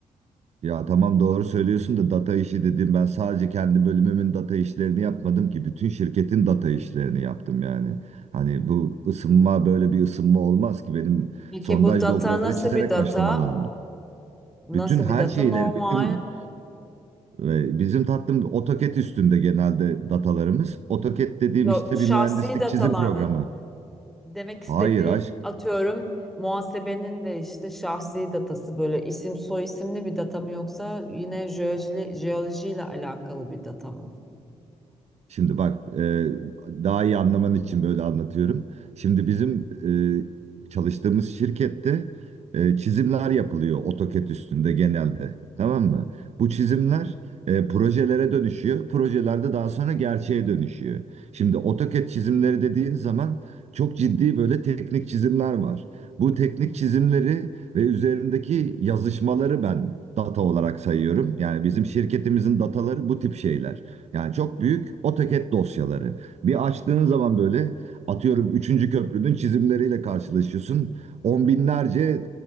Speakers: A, on the right; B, in the centre.
A: Ya tamam doğru söylüyorsun da data işi dedim. Ben sadece kendi bölümümün data işlerini yapmadım ki. Bütün şirketin data işlerini yaptım yani. Hani bu ısınma böyle bir ısınma olmaz ki. Benim
B: Peki
A: sondaj
B: bu data
A: logları
B: nasıl
A: çizerek
B: bir data?
A: başlamam lazım.
B: Nasıl
A: Bütün her
B: bir data?
A: şeyleri,
B: Normal,
A: bütün Ve Bizim tatlım AutoCAD üstünde genelde datalarımız. AutoCAD dediğim
B: yok,
A: işte
B: şahsi
A: bir mühendislik
B: datalar
A: çizim programı.
B: mı? demek istediğim
A: Hayır aşk.
B: atıyorum muhasebenin de işte şahsi datası böyle isim soy isimli bir data mı yoksa yine jeoloji, jeolojiyle alakalı bir data mı?
A: Şimdi bak e, daha iyi anlaman için böyle anlatıyorum. Şimdi bizim e, çalıştığımız şirkette e, çizimler yapılıyor AutoCAD üstünde genelde. Tamam mı? Bu çizimler e, projelere dönüşüyor. Projelerde daha sonra gerçeğe dönüşüyor. Şimdi AutoCAD çizimleri dediğin zaman çok ciddi böyle teknik çizimler var. Bu teknik çizimleri ve üzerindeki yazışmaları ben data olarak sayıyorum. Yani bizim şirketimizin dataları bu tip şeyler. Yani çok büyük AutoCAD dosyaları. Bir açtığın zaman böyle atıyorum üçüncü köprünün çizimleriyle karşılaşıyorsun. On binlerce